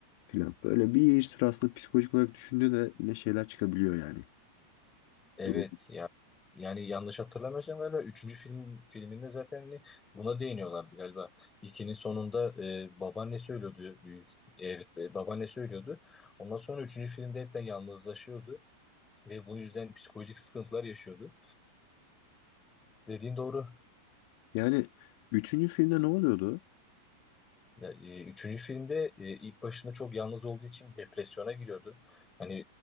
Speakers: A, on the left (about 45°); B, on the left (about 15°).
A: falan. Böyle bir sürü aslında psikolojik olarak düşündüğünde de yine şeyler çıkabiliyor yani
B: Evet
A: durum.
B: ya yani yanlış hatırlamıyorsam galiba üçüncü film filminde zaten hani buna değiniyorlardı galiba. İkinin sonunda e, babaannesi ölüyordu büyük evet e, babaannesi ölüyordu. Ondan sonra üçüncü filmde hepten yalnızlaşıyordu ve bu yüzden psikolojik sıkıntılar yaşıyordu. Dediğin doğru
A: Yani üçüncü filmde ne oluyordu?
B: Ya, e, üçüncü filmde e, ilk başında çok yalnız olduğu için depresyona giriyordu. Hani